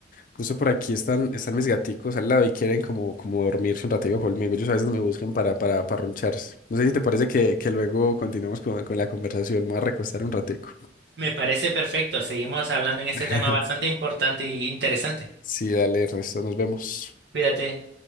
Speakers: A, on the left; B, on the right.
A: justo por aquí están, están mis gaticos al lado y quieren como, como dormirse un ratico conmigo. Ellos a veces me buscan para, para, para roncharse. No sé si te parece que, que luego continuemos con, con la conversación. Me voy a recostar un ratico.
B: Me parece perfecto. Seguimos hablando en este
A: <laughs>
B: tema bastante importante e interesante.
A: Sí, dale, Ernesto, nos vemos.
B: Cuídate.